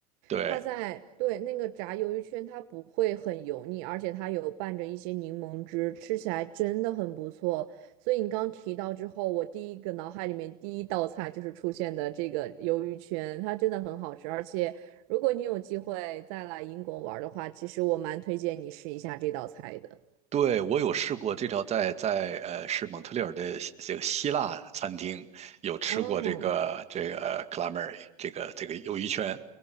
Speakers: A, on the right; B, on the right.
A: 对。
B: 它在，对，那个炸鱿鱼圈，它不会很油腻，而且它有拌着一些柠檬汁，吃起来真的很不错。所以你刚提到之后，我第一个脑海里面第一道菜就是出现的这个鱿鱼圈，它真的很好吃。而且如果你有机会再来英国玩儿的话，其实我蛮推荐你试一下这道菜的。
A: 对，我有试过这条在，在呃是蒙特利尔的希这个希腊餐厅有吃过这个这个
B: 哦，
A: calamari 这个这个鱿鱼圈